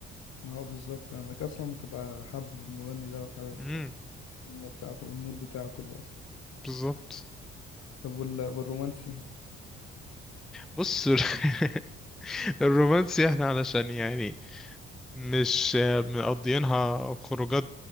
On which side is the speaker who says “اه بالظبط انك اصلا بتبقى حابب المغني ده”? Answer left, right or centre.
Left